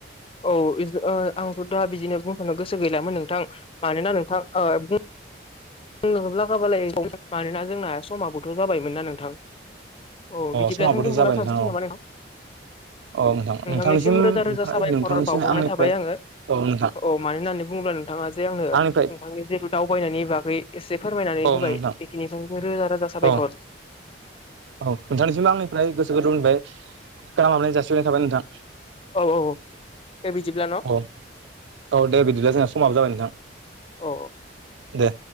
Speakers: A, on the left (about 30°); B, on the right (about 75°).
A: औ इज ओ आंथ' दा बिदिनो बुंथ'नो गोसो गैलामोन नोंथां मानोना नोंथां ओ बुं <unintelligible> लागाबालाय <unintelligible> मानोना जोंना समाबोथ' जाबायमोनना नोंथां अ बिदिब्ला
B: समाबोथ'
A: <unintelligible> नामा
B: जाबाय औ
A: नोंथां।
B: औ नोंथां नोंथांसिम
A: नोंथांनिसिम
B: ओमफ्राय
A: रोजा रोजा साबायखर
B: नोंथांनिसिम
A: बावहरनाय
B: आंनिफ्राय
A: थाबाय आङो।
B: औ नोंथां
A: औ मानो होननानै बुङोब्ला नोंथाङा जे आंनो नोंथांनि
B: आंनिफ्राय
A: जिहेथु दावबायनायनि बागै एसे फोरमायनानै
B: औ
A: होबाय
B: नोंथां
A: बेखिनि <unintelligible> रोजा रोजा साबायखर।
B: औ औ नोंथांनिसिमबो आंनिफ्राय गोसो <unintelligible> गाहाम हामलायनाय जासिहरनाय थाबाय नोंथां।
A: औ औ दे बिदिब्ला न'
B: <inaudible> अ औ दे बिदिब्ला जोंना समाबो जाबाय नोंथां।
A: औ
B: दे।